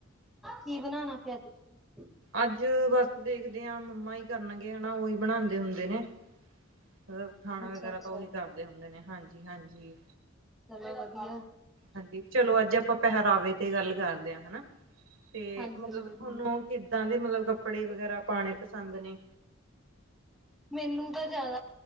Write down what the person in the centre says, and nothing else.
ਕੀ ਬਣਾਣਾ ਫੇਰ ਅੱਜ ਤੁਸੀ।
ਅੱਛਾ
ਅੱਛਾ
ਚਲੋ ਵਧੀਐ।
ਹਾਂਜੀ
ਹਾਂਜੀ
ਮੈਨੂੰ ਤਾਂ ਜ਼ਾਦਾ